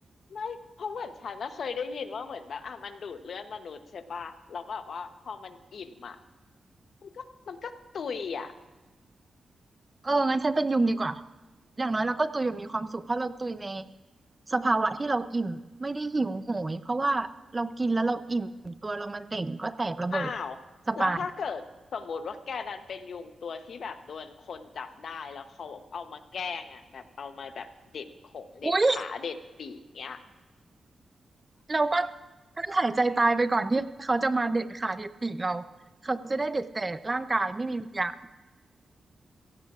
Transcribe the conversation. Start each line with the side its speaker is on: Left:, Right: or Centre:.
Left: ไม่เพราะเหมือนฉันน่ะเคยได้ยินว่าเหมือนแบบอ่ะมันดูดเลือดมนุษย์ใช่ปะแล้วแบบว่าพอมันอิ่มอ่ะมันก็มันก็ตุยอ่ะ
Right: เอองั้นฉันเป็นยุงดีกว่าอย่างน้อยเราก็ตุยแบบมีความสุขเพราะเราตุยในสภาวะที่เราอิ่มไม่ได้หิวโหยเพราะว่าเรากินแล้วเราอิ่มตัวเรามันเต่งก็แตกระเบิด
Left: อ้าวแล้วถ้าเกิดสมมติว่าแกดันเป็นยุงตัวที่แบบโดนคนจับได้แล้วเขาเอามาแกล้งอ่ะแบบเอามาแบบเด็ดขงเด็ดขาเด็ดปีกเงี้ย
Right: สบายอุ้ย
Left: <laughs>
Right: เราก็กั้นหายใจตายไปก่อนที่เขาจะมาเด็ดขาเด็ดปีกเราเขาจะได้เด็ดแต่ร่างกายไม่มีวิญญาณ